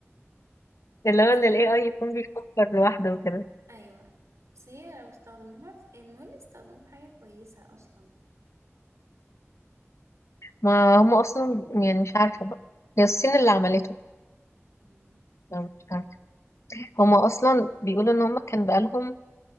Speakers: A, on the left; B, on the right.
A: اللي هو ان
B: بس هي
A: الاي اي يكون بيفكر لوحده وكده
B: ايوه بس هي لو استخدموها في المهم يستخدموها في حاجة كويسة اصلا
A: ما هم اصلا يعني مش عارفة بقى هي الصين اللي عملته
B: مم.
A: أنا مش عارفة هما اصلا بيقولوا ان هما كان بقالهم